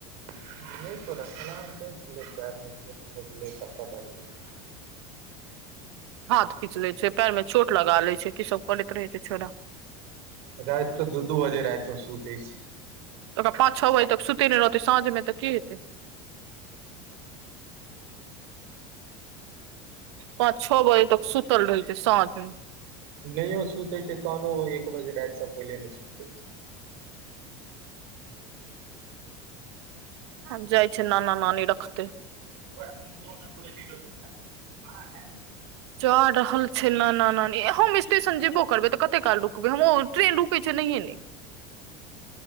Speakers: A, on the right (about 65°); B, on the right (about 80°).
A: <unintelligible>
B: हाथ पीच लै छै पाइर में चोट लगा ले छै की सब करैत रहे छै छोड़ा
A: रति तऽ दू दू बजे रति क शूतै छै
B: तऽ ओकरा पाँच छओ बजे तक सुते नै रहतै साँझ मे तऽ की हेतै। पाँच छ बजे तक सु
A: छी
B: तल रहै छै सांझ मे
A: नहियो सुतै छै तहनो ओ एक बजे रातिसँ पहिले नहि सुतै छै
B: आब जाइ छै नाना नानी रखतै
A: <unintelligible>
B: जा रहल छै नना नानी हम स्टेशन जेबो करबै तऽ कते काल रुकबै हम ट्रेन रुकै छै नहिये नै <inaudible>